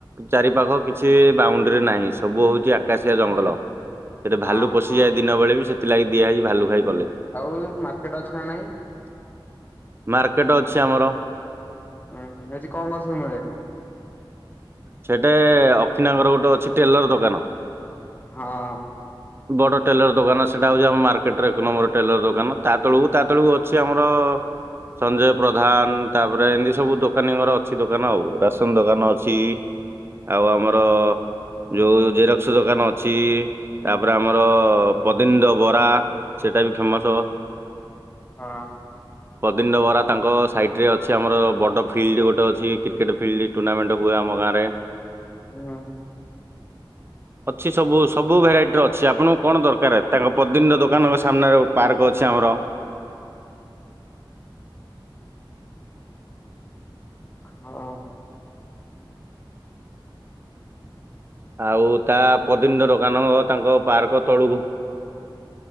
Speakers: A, on the right (about 30°); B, on the left (about 20°).
A: ଚାରି ପାଖ କିଛି ରାଉଣ୍ଡରେ ନାହିଁ ସବୁ ହଉଛି ଆକାଶିଆ ଜଙ୍ଗଲ। ସେଠୀ ଭାଲୁ
B: ହଁ
A: ପଶିଯାଏ
B: ହଁ
A: ଦିନ ବେଳେ ବି ସେଥିଲାଗି ଦିଆ ହେଇଛି ଭାଲୁକାଇ।
B: ଆଉ ମାର୍କେଟ ଅଛି ନା ନାଇଁ?
A: ମାର୍କେଟ ଅଛି ଆମର।
B: ଉୁଁ ହୁଁ ସେଠି କଣ କଣ ସବୁ ମିଳେ?
A: ସେଠି ଅକ୍ଷିନାଙ୍କର ଗୋଟେ ଅଛି ଟେଲର ଦୋକାନ।
B: ହଁ।
A: ବଡ଼ ଟେଲର ଦୋକାନ, ସେଇଟା ହଉଛି ଆମ ମାର୍କେଟରେ, ଏକ ନମ୍ବର ଟେଲର ଦୋକାନ, ତା ତେଳକୁ ତା ତେଳକୁ ଅଛି ଆମର ସଞ୍ଜୟ ପ୍ରଧାନ ତାପରେ ଏମିତି ସବୁ ଦୋକାନୀଙ୍କର ଅଛି ଦୋକାନ ଆଉ, ରାସନ ଦୋକାନ ଅ ଅଛି ଆଉ ଆମର ଯୋଉ, ଜେରକ୍ସ ଦୋକାନ ଅଛି। ତାପରେ ଆମର ପଦିଣ୍ଡ ବରା ସେଇଟା ବି ଫେମସ
B: ହଁ।
A: ପଦୀଣ୍ଡ ବରା ତାଙ୍କ ସାଇଟ ରେ, ଅଛି ଆମର ବଡ ଫିଲ୍ଡ ଗୋଟେ ଅଛି, କ୍ରିକେଟ ଫିଲ୍ଡ ଟୁର୍ଣ୍ଣାମେଣ୍ଟ ହୁଏ ଆମ ଗାଁ ରେ
B: ହୁଁ।
A: <inaudible> ଅଛି ସବୁ ସବୁ ଭେରାଇଟିର ଅଛି। ଆପଣଙ୍କୁ କଣ ଦରକାର, ତାଙ୍କ ପଦିନ୍ଦା ଦୋକାନଙ୍କ ସାମ୍ନାରେ ପାର୍କ ଅଛି। ଅଛି ଆମର
B: ହଁ।
A: ଆଉ ତା ପଦିଣ୍ଡ ତ ଦୋକାନ ତାଙ୍କ ପାର୍କ ତଳୁକୁ <inaudible>